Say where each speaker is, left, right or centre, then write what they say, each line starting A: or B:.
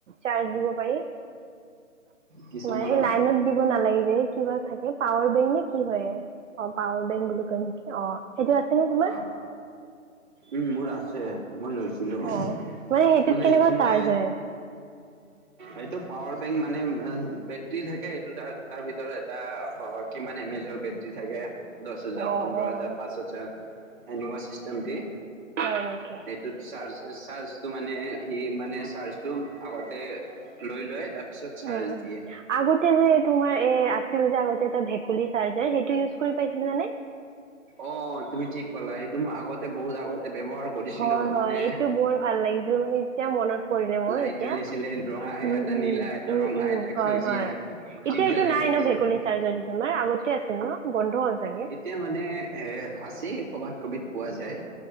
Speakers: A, on the right (about 65°); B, on the right (about 40°).
A: চাৰ্জ দিব পাৰি। তোমাৰ
B: কিছুমানৰ
A: এই লাইনত দিব নালাগে যে। কিবা থাকে পাৱাৰ বেংক নে কি হয়? অ পাৱাৰ বেংক বুলি কয় নেকি? অ সেইটো আছে নে তোমাৰ?
B: অ উম মোৰ আ ছে। মই লৈছিলোঁ।
A: অ', সেইটোত
B: মানে
A: কেনেকুৱা
B: এইটো মই
A: চাৰ্জ হয়?
B: এইটো পাৱাৰ বেংক মানে বেটৰী থাকে সেইটোত। আৰু তাৰ ভিতৰত এটা কিমান এমেজৰ বেটৰী থাকে। দছ হাজাৰ,
A: অ',
B: পোন্ধৰ
A: অ',
B: হাজাৰ, পাঁচ হাজাৰ সেনেকুৱা চিষ্টেম দি
A: হয় নেকি?
B: এইটোত চাৰ্চ চাৰ্জটো মানে সি মানে চাৰ্জটো আগতে লৈ লয়। তাৰপিছত চাৰ্জ
A: উ-উ।
B: দিয়ে
A: আগতে যে তোমাৰ এ আছিল যে আগতে এটা ভেকুলী চাৰ্জাৰ সেইটো ইউ কৰি পাইছিলা নে?
B: অ, তুমি ঠিক কলা। সেইটো মই আগতে বহুত আগতে ব্যৱহাৰ কৰিছিলো।
A: হয় হয়
B: মানে
A: এইটো বৰ ভাল লাগিছিল মানে এতিয়া মনত পৰিলে মোৰ
B: লাইট
A: এতিয়া।
B: জ্বলিছিলে ৰঙা
A: উম
B: এটা,
A: উম
B: নীলা এটা,
A: উম
B: ৰঙা
A: উম
B: এটা,
A: হয়
B: সেউজীয়া।
A: হয় এতিয়া
B: তিনটা
A: এইটো
B: লাইট
A: নাই
B: জ্বলিছে
A: ভেকুলী চাৰ্জাৰটো তোমাৰ আগতে আছিল ন বন্ধ হল চাগে
B: এতিয়া মানে এ আছেই কবাত কবিত পোৱা যায়।